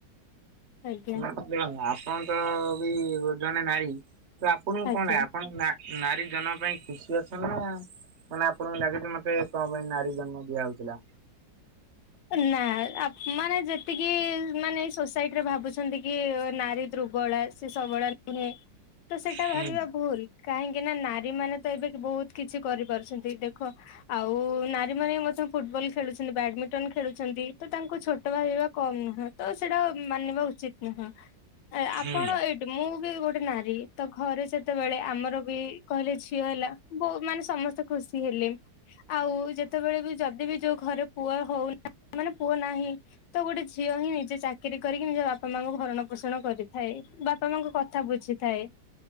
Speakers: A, on the left; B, on the right.
A: ଆଜ୍ଞା
B: ଉଁ ଦେଖ ଆପଣ ତ ବି ଗୋ ଜଣେ ନାରୀ ତ ଆପଣଙ୍କୁ
A: ଆଜ୍ଞା।
B: କଣ ନାଗେ ଆପଣ ନା ନାରୀ ଜନମ ପାଇଁ ଖୁସି ଅଛ ନା? ମାନେ ଆପଣଙ୍କୁ ଲାଗେଜେ ମତେ କଣ ପାଇଁ ନାରୀ ଜନ୍ମ ଦିଆ ହଉଥିଲା।
A: ନା ଆପ ମାନେ ଯେତିକି ମାନେ ଏଇ ସୋସାଇଟି ରେ ଭାବୁ ଅଛନ୍ତି କି ନାରୀ ଦୃର୍ବଳା ସେ ସବଳା ନୁହେଁ ତ ସେଟା
B: ହୁଁ
A: ଭାବିବା ଭୁଲ। କାହିଁକି ନା ନାରୀ ମାନେ ତ ଏବେ କି ବହୁତ କିଛି କରିପାରୁଛନ୍ତି ଦେଖ ଆଉ ନାରୀ ମାନେବି ମଧ୍ୟ ଫୁଟବଲ ଖେଳୁଛନ୍ତି ବ୍ୟାଡମି ଟନ୍ ଖେଳୁଛନ୍ତି ତ ତାଙ୍କୁ ଛୋଟ ଭାବିବା କମ୍ ନୁହଁ ତ ସେଇଟା ମାନିବା ଉଚିତ ନୁହଁ।
B: ହୁଁ।
A: ଆପଣ ଏଇଠି ମୁଁ ବି ଗୋଟେ ନାରୀ ତ ଘରେ ଯେତେବେଳେ ଆମର ବି କହିଲେ ଝିଅ ହେଲା ବହୁ ମାନେ ସମସ୍ତେ ଖୁସି ହେଲେ ଆଉ ଯେତେବେଳେ ବି ଯଦି ବି ଯୋଉ ଘରେ ପୁଅ ହଉ ମାନେ ପୁଅ ନାହିଁ ତ ଗୋଟେ ଝିଅ ହିଁ ନିଜେ ଚା କିରି କରିକି ନିଜ ବାପା ମାଙ୍କୁ ଭରଣ ପୋଷଣ କରିଥାଏ ବାପା ମାଙ୍କ କଥା ବୁଝିଥାଏ।